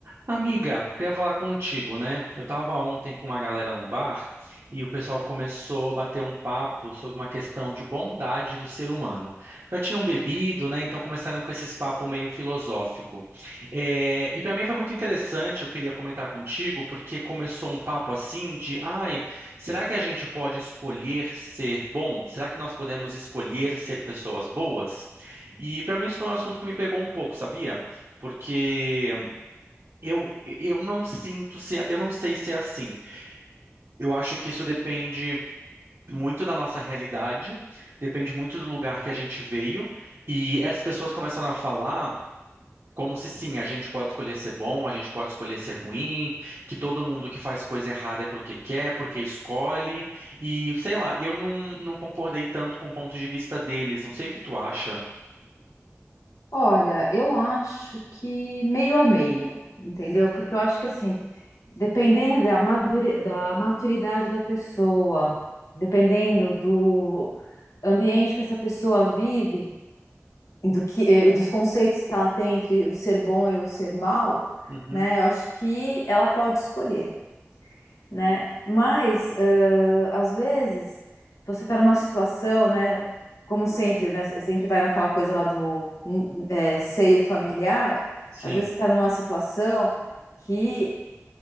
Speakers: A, on the right; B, on the left.
A: Amiga, queria falar contigo, né? Eu tava ontem com uma galera num bar e o pessoal começou a bater um papo sobre uma questão de bondade do ser humano. Já tinham bebido, né? Então começaram com esses papo meio filosófico. É, E para mim foi muito interessante, eu queria comentar contigo, porque começou um papo assim de, ai, será que a gente pode escolher ser bom? Será que nós podemos escolher ser pessoas boas? E para mim isso foi um assunto que me pegou um pouco, sabia? Porque eu, eu não sinto se, é, eu não sei se é assim. Eu acho que isso depende muito da nossa realidade, depende muito do lugar que a gente veio, e essas pessoas começaram a falar como se sim, a gente pode escolher ser bom, a gente pode escolher ser ruim, que todo mundo que faz coisa errada é porque quer, porque escolhe, e sei lá, eu não, não concordei tanto com o ponto de vista deles, não sei o que tu acha.
B: Olha, eu acho que meio a meio, entendeu? Porque eu acho que assim, dependendo da maduri- da maturidade da pessoa, dependendo do ambiente que essa pessoa vive, e do que, eh, dos conceitos que ela tem entre o ser bom e o ser mal,
A: Uhum,
B: né? Eu acho que ela pode escolher né? Mas, ãh, às vezes, você está numa situação, né? Como sempre, né? Sempre vai naquela coisa lá do hum, é, seio familiar.
A: sim,
B: Às vezes você está numa situação que